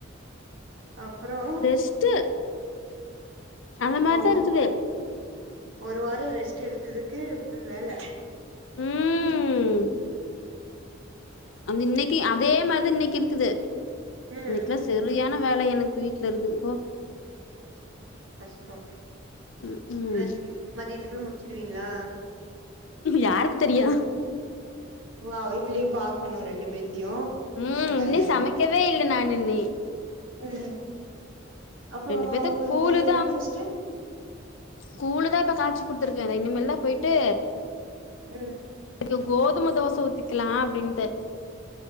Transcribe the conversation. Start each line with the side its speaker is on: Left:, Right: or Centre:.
Right: அப்பறோ
Left: ரெஸ்ட் அந்த மாரி
Right: ஒ
Left: தா <unintelligible>
Right: ஒரு வாரோ ரெஸ்ட் எடுத்ததுக்கு ஃபுல் வேல
Left: ம் அந்த இன்னைக்கி அதே மாரிதா இன்னைக்கி இருக்குது
Right: ம்
Left: நெக்லஸ் செரியான வேல எனக்கு வீட்ல இருக்குது போ
Right: கஷ்டோ
Left: ம் ம்
Right: மதி மதியத்துக்குள்ள முடிச்சிடுவீங்களா
Left: யாருக்கு தெரியு
Right: ஓ வீட்லயு பாக்கணு ரெண்டு பேத்தையு
Left: ம்
Right: அதனால
Left: இன்னு சமைக்கவே இல்ல நா நின்னி
Right: ம் அப்பறோ
Left: ரெண்டு பேத்துக்கு
Right: அவுங்களுக்கு
Left: கூழுதா
Right: பிரேக்ஃபாஸ்ட்டு
Left: கூழு தா இப்ப காச்சி குடுத்துருக்கே இத இனிமேல் தா போய்ட்டு
Right: ம்
Left: இதுக்கு கோதும தோச ஊத்திக்கலா அப்டின்ட்டு